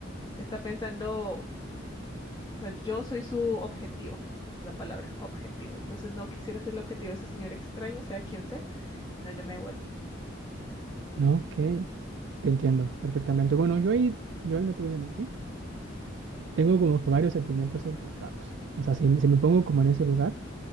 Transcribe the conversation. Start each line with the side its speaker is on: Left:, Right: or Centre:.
Left: está pensando, o sea, yo soy su objetivo, esa es la palabra, objetivo. Entonces no quisiera ser el objetivo de ese señor extraño, sea quien sea, no, yo me devuelvo.
Right: Ok, te entiendo perfectamente. Bueno, yo ahí, yo ahí no te voy a mentir tengo como que varios sentimientos encontrados. O sea, si, si me pongo como en ese lugar,